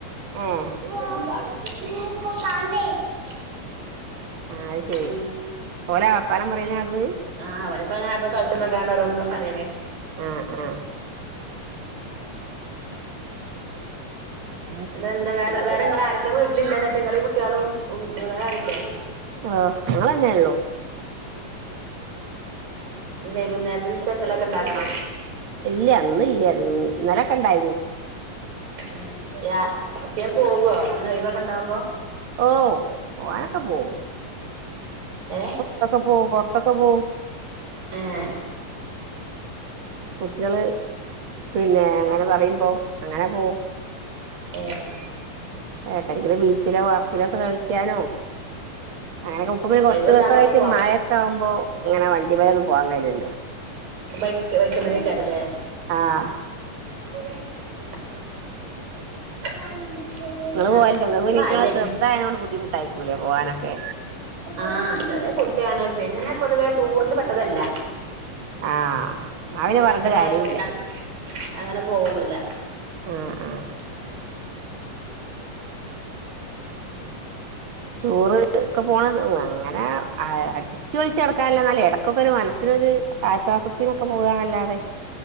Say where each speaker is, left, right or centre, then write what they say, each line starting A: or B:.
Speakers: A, on the right; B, on the right.
A: ഏഹ്
B: <unintelligible>
A: ആ അയ് ശെരി
B: ഉം
A: ഓലെ വർത്താനം പറയുന്ന അവ്ട്ന്ന്
B: ആഹ് ഓന് ഇപ്പം അങ്ങനെ അവിടുന്ന് കളിച്ച് വന്ന്ക്കാണ്ട് ഓരോന്ന് ഇങ്ങെനെ പറയണേയ്
A: ആഹ് ആഹ് ഉ
B: എന്താ വേറെ വേറെ ഇങ്ങളെ ആരൊക്കെ വീട്ടിലില്ല എന്നിട്ട് നിങ്ങള് ഈ കുട്ടികളും വേറെ ആരും ഇല്ലേ
A: ആഹ് ഞങ്ങള് തന്നെ ഒള്ളൂ
B: വൈകുന്നേരത്തിന് സ്പെഷ്യലൊക്കെ ഉണ്ടാക്കണോ
A: ഇല്ല ഇന്ന് ഇല്ല ഇന്നലൊക്കെ ഇണ്ടായിരുന്നു
B: ഏഹ് യാ എവിടേക്കെ പോകോ ഇങ്ങനെ ഒയ് വൊക്കെ ഉണ്ടാകുമ്പോ?
A: ഓഹ് പോവാനൊക്കെ പോവും.
B: ഏഹ്
A: പുറത്തൊക്കെ പോവും പുറത്തൊക്കെ പോവും
B: ഏഹ്
A: കുട്ടികള് പിന്നെ ഇങ്ങനെ പറയുമ്പോ അങ്ങനെ പോവും.
B: ഏഹ്.
A: ഏട്ടെങ്കിലും ബീച്ചിലെ പാർക്കിലൊക്കെ കളിക്കാനോ. അങ്ങനൊക്കെ ഇപ്പം കുറച്ച്
B: ഒഴിവുണ്ടാവുമ്പൊക്കെ
A: ദിവസ ആയിട്ട്
B: പോ
A: മഴൊക്കൊവുമ്പോ അങ്ങനെ വണ്ടിമ്മൽ ഒന്നും പോവാൻ കഴിയൂല്ലല്ലേ
B: ബൈക്ക് ബൈക്കുമലയ്ക്കാരല്ലേ?
A: ആഹ്
B: ഉം ആഹ്
A: നിങ്ങള് പോവലുണ്ടോ നിങ്ങൾക്ക് പിന്നെ
B: മഴ
A: ഇറ്റങ്ങളെ
B: അല്ലെ.
A: ചെറുതായതുകൊണ്ട് ബുദ്ധിമുട്ടായിരിക്കൂലേ പോവാനൊക്കെ
B: ആഹ് ചെറിയ കുട്ടിയാണ് പിന്നെ പൊതുവേ ടൂറിൽ പെട്ടതല്ല.
A: ആഹ് എന്നാ പിന്നെ
B: യാത്ര
A: പറഞ്ഞിട്ട് കാര്യമില്ല
B: ആയാൽ അങ്ങനെ പോകെന്നില്ല.
A: ആഹ് ആഹ്. ടൂർ ഒക്കെ പോണ അങ്ങനെ അടി അടിച്ച് പെളിച്ച് നടക്കാനല്ല നല്ല ഇടക്കൊക്കെ ഒരു മനസ്സിനൊരു ആശ്വാസത്തിനൊക്കെ പോകനല്ലാതെ.